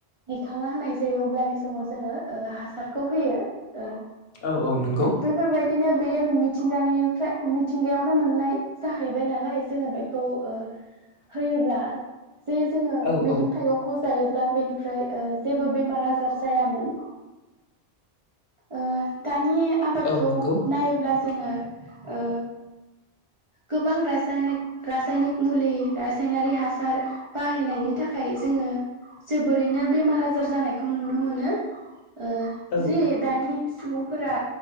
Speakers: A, on the right (about 45°); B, on the left (about 65°).
A: दिखांना होनाय जायो अब्लानि समाव जोङो ओ हासारखौ होयो। ओ
B: औ औ। नंगौ
A: बेफोरबायदिनो बेयो मिथिंगानिफ्राय मिथिंगायावनो मोननाय जाहैबाय नालाय जोङो बेखौ ओ होयोब्ला जे जोङो
B: औ
A: मैगं
B: औ
A: थाइगंखौ जायोब्ला बेनिफ्राय ओ जेबो बेमार आजार जायामोन। ओ दानि आबादखौ
B: औ नंगौ
A: नायोब्ला जोङो ओ गोबां रासायनिक, रासायनिक मुलि रासायनारि हासार बाहायनायनि थाखाय जोङो जोबोरैनो बेमार आजार जानायखौ नुनो मोनो। ओ
B: औ
A: जि दानि सुबुंफोरा